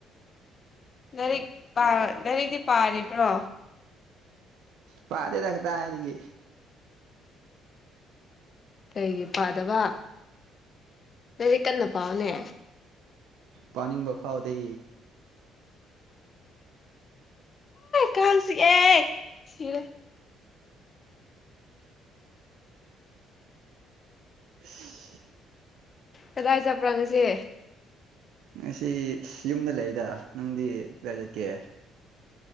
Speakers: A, on the left (about 40°); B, on the right (about 60°).
A: ꯂꯥꯏꯔꯤꯛ ꯂꯥꯏꯔꯤꯛꯇꯤ ꯄꯥꯔꯤꯕ꯭ꯔꯣ
B: ꯄꯥꯗꯦꯗ ꯀꯗꯥꯢꯗꯒꯤ
A: ꯀꯩꯒꯤ ꯄꯥꯗꯕ ꯂꯥꯢꯔꯤꯛ ꯀꯟꯅ ꯄꯥꯎꯅꯦ
B: ꯄꯥꯅꯤꯡꯗ ꯐꯥꯎꯗꯦ
A: ꯀꯥꯟ ꯆꯤꯛꯑꯦ ꯁꯤꯔꯦ
B: <inaudible>
A: ꯀꯗꯥꯏ ꯆꯠꯄ꯭ꯔꯥ ꯉꯁꯤ
B: ꯉꯁꯤ ꯌꯨꯝꯗ ꯂꯩꯗ ꯅꯪꯗꯤ ꯀꯗꯥꯏ ꯆꯠꯀꯦ